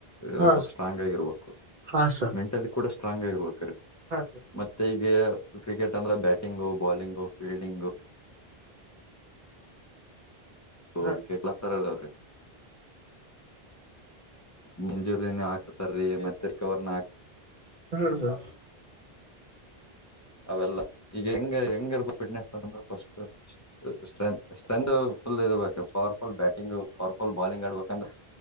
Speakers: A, on the left (about 20°); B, on the right (about 50°).
A: ಒಂದ್
B: ಹಾ
A: ಸ್ವಲ್ಪ ಸ್ಟಾ್ ಆಗಿರ್ಬೇಕು
B: ಹಾ ಸರ್
A: ಮೆಂಟಲಿ ಕೂಡ ಸ್ಟ್ರಾಂಗ್ ಆಗಿರ್ಬೇಕು
B: ಹಾ
A: ಮತ್ತೆ ಈಗ ಕ್ರಿಕೆಟ್ ಅಂದ್ರೆ ಬ್ಯಾಟಿಂಗು ಬಾಲಿಂಗು ಫೀಲ್ಡಿಂಗು ಹಲತ್ತಾರಲ್ಲ
B: ಹಾ ಸರ್
A: ಅವ್ರಿ ಮಂಜೂರಿನ ಹಾಕ <unintelligible> ಹಡ್ತಾರೀ ಮತ್ತೆ ಕವರ್ ನಾ
B: ಹ್ಮ ಹಾ
A: ಅವೆಲ್ಲ ಈಗ ಹೆಂಗ ಹೆಂಗಿರ್ಬ ಫಿಟ್ನೆಸ್ ಅಂದ್ರೆ ಫಸ್ಟ್ ಸ್ಟ್ರೆತ್ ಸ್ಟ್ರೆತ್ ಫುಲ್ ಇರ್ಬೇಕು power full batting powerful bowling ಆಡ್ಬೇಕಂದ್ರೆ